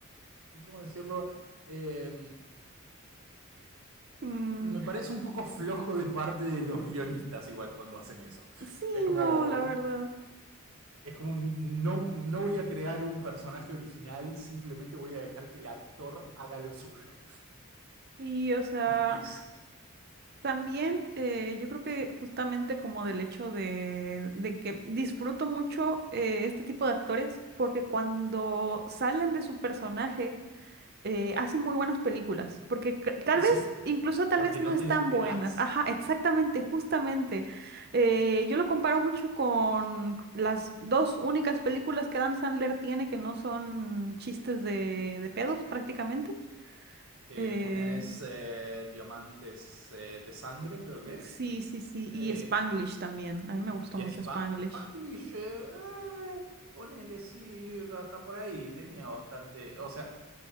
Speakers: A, on the right; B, on the right.
A: ¿cómo decirlo? Eh,
B: Mm,
A: me parece un poco flojo de parte de los guionistas igual cuando hacen eso.
B: sí,
A: Es como,
B: no, la
A: un-
B: verdad.
A: es como un- no, no voy a crear un personaje original, simplemente voy a dejar que el actor haga lo suyo.
B: Y, o sea,
A: Y, y s-
B: también eh, yo creo que justamente como del hecho de, de que disfruto mucho eh, este tipo de actores porque cuando salen de su personaje, eh, hace muy buenas películas, porque c- tal
A: sí,
B: vez, incluso tal
A: porque
B: vez no
A: no
B: están
A: te lo esperás.
B: buenas. Ajá, exactamente, justamente. Eh, yo lo comparo mucho con las dos únicas películas que Adam Sandler tiene que no son chistes de, de pedos prácticamente.
A: Eh,
B: Eh,
A: una es eh, Diamantes eh, de Sangre, creo que es.
B: sí, sí, sí,
A: Eh,
B: y Spanglish también. A mí me gustó
A: Y
B: mucho
A: Spa-
B: Spanglish.
A: Spanglish, eh, ah, ponele, sí, hasta por ahí, tenía bastante, o sea,